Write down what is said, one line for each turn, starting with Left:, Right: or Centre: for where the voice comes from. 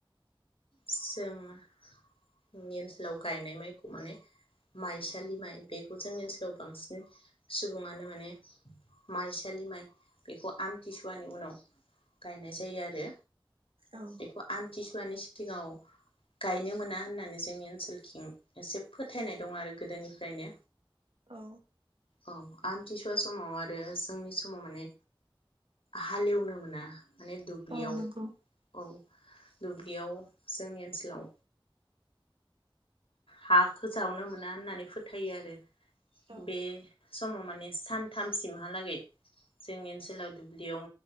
Left: जोंनि ओनसोलाव गायनाय माइखौ माने माइसालि माइ बेखौ जोंनि ओनसोलाव बांसिन सुबुङानो माने माइसालि माइ बेखौ आमथिसुवानि उनाव गायनाय जायो आरो
Right: औ
Left: बेखौ आमथिसुवानि सि सिगाव गायनो मोना होननानै जोंनि ओनसोलखं एसे फोथायनाय दं आरो गोदोनिफ्रायनो
Right: औ
Left: औ आमथिसुवा समाव आरो जोंनि समाव माने हालेवनो मोना माने द दुब्लियाव
Right: औ नंगौ
Left: औ दुब्लियाव जोंनि ओनसोलाव हाखौ जावनो मोना होननानै फोथायो आरो
Right: औ
Left: बे समाव माने सानथामसिमहालागै जोंनि ओनसोलाव दुब्लियाव